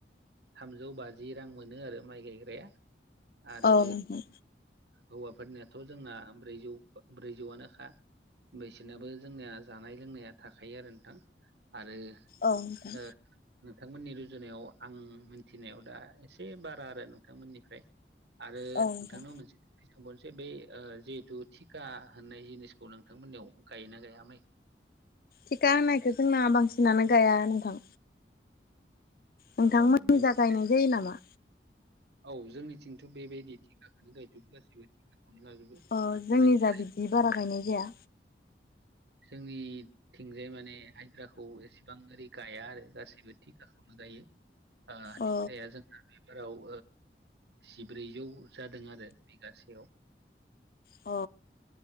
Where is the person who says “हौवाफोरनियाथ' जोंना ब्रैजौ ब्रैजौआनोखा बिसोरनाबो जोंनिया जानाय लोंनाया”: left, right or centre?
Right